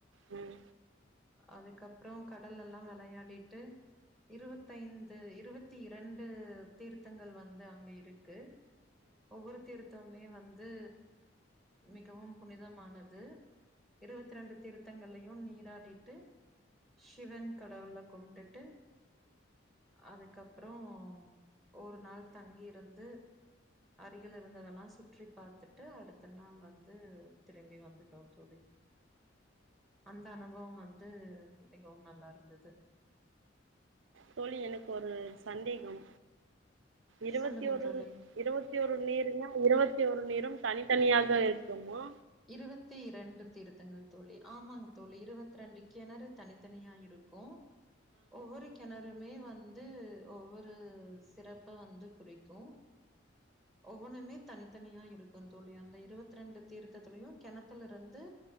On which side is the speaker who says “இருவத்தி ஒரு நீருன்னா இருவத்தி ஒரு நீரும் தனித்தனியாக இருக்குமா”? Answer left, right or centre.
Right